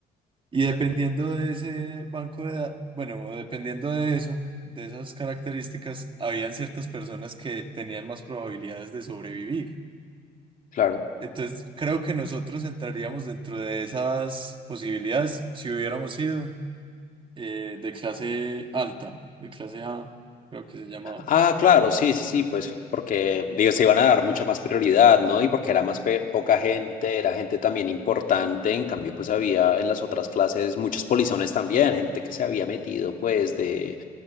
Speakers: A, on the right; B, on the left.
A: Y dependiendo
B: Ujú,
A: de ese banco de edad, bueno, dependiendo de eso, de esas características, habían ciertas personas que tenían más probabilidades de sobrevivir.
B: Claro.
A: Entonces, creo que nosotros entraríamos dentro de esas posibilidades si hubiéramos sido eh, de clase alta, de clase A, creo que se llamaba.
B: Ah, claro, sí, sí, sí, pues porque digo, se iban a dar mucha más prioridad, ¿no? Y porque era más pe- poca gente, era gente también importante, en cambio pues había en las otras clases muchos polizones también, gente que se había metido pues de